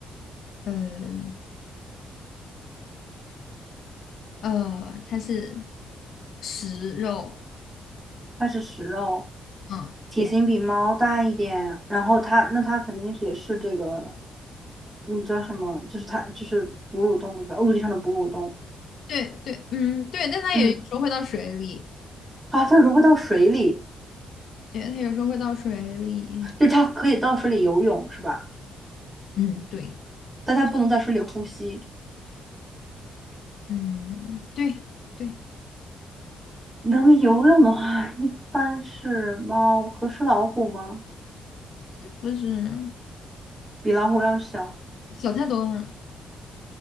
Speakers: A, on the left; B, on the right.
A: 呃呃，它是食肉，
B: 它是食肉，
A: 嗯。
B: 体型比猫大一点，然后它那它肯定是也是这个，嗯，叫什么？就是它就是哺乳动物对吧？陆地上的哺乳动物。
A: 对对，嗯，对，但它也有时候会到水里，
B: 嗯，啊，它融会到水里，
A: 对，它有时候会到水里，
B: 就是它可以到水里游泳是吧？
A: 嗯，对，
B: 但它不能在水里呼吸。
A: 嗯，对对，
B: 能游泳的话，一般是猫，可是老虎吗？
A: 不是
B: 比老虎要小，
A: 小太多了，